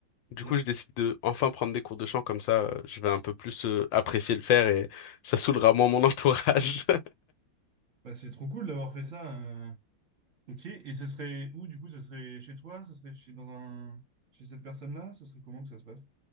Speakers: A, on the right; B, on the left.
A: ok.
B: Du coup, je décide de enfin prendre des cours de chant, comme ça, euh, je vais un peu plus euh, apprécier le faire et ça saoulera moins mon entourage.
A: Bah, c'est trop cool d'avoir fait ça. euh. Ok. Et ce serait où du coup? Ce serait chez toi? Ce serait chez dans un chez cette personne-là? Ce serait comment que ça se passe?